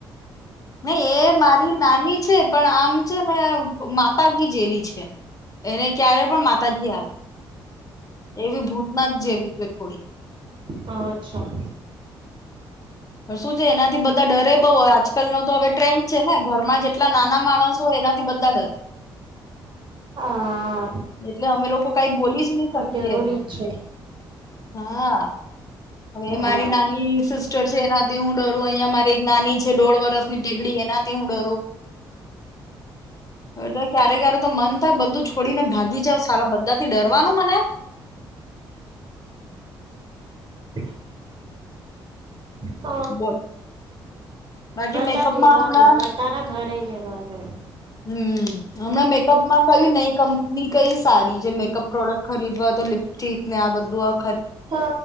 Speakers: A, on the left; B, on the right.
A: ને એ મારી નાની છે પણ આમ છે ને માતા જેવી છે. એને ક્યારે પણ માતાજી આવે, એવી ભૂતનાથ જેવી છે થોડી
B: હા, અચ્છા
A: પણ શું છે એના થી બધા ડરે બહુ હોય, આજકાલનો તો હવે ટ્રેન્ડ છે ને ઘરમાં જેટલા નાના માણસ હોય, એનાથી બધા ડરે
B: આ
A: એટલે અમે લોકો કાઇ બોલીજ ની શકીએ
B: જરૂરી
A: એને
B: છે
A: હા, હવે એ
B: હા
A: મારી નાની સિસ્ટર છે એના થી હું ડરું અહિયાં મારી એક નાની છ છે દોડ વરસની ટેકડી એનાથી હું ડરું, એટલે ક્યારે ક્યારેક તો મન થાય બધું છોડીને ભાગી જાવું, સાલા બધાથી ડરવાનું મને <inaudible>
B: <inaudible> હ
A: બોલ બાકી
B: બધા
A: મેકઅપમાં
B: જ એવા
A: હમણાં
B: જ હોય બધાના ઘરે <unintelligible> તો
A: હમ હમણાં મેકઅપ માં કયું નઈ કંપની કઈ સારી જે મેકઅપ પ્રોડક્ટ ખરીદવાતો લિપસ્ટિક ને આ બધું આમ
B: તો